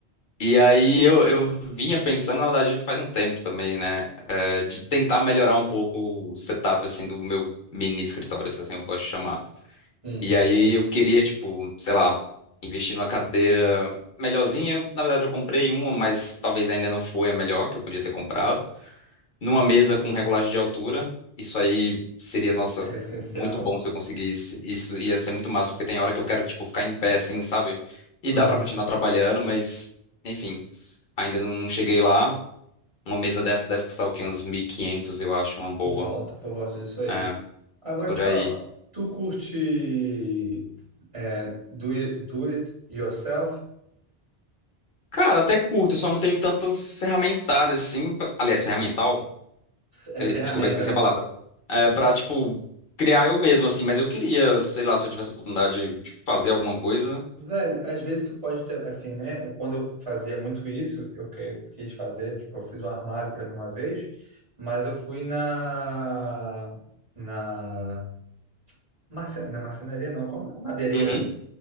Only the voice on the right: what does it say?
Sim,
é essencial
Uhum.
por voto, por voto disso aí.
Agora
te falar,
tu curte é, do it, do it yourself,
é
ferramenta,
né?
Velho, às vezes tu pode ter, assim, né? Quando eu fazia muito isso, eu que- quis fazer, tipo, eu fiz um armário para mim uma vez, mas eu fui na na marce- na marcenaria, não, como é? madeireira.